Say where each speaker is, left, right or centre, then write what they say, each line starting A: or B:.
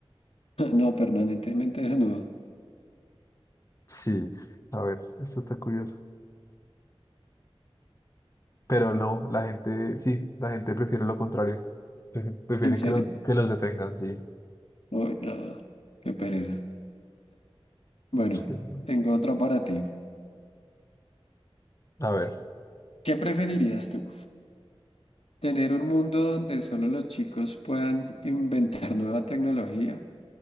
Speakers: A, on the left (about 70°); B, on the left (about 30°).
A: <laughs> No, permanentemente desnudo.
B: Sí, a ver, esto está curioso. Pero no, la gente, sí, la gente prefiere lo contrario. Prefi- Prefiere
A: ¿En serio?
B: que los, que los detengan, sí.
A: Uy, no, qué pereza. Bueno,
B: Sí, no.
A: tengo otra para ti.
B: A ver,
A: ¿Qué preferirías tú? Tener un mundo donde solo los chicos puedan inventar nueva tecnología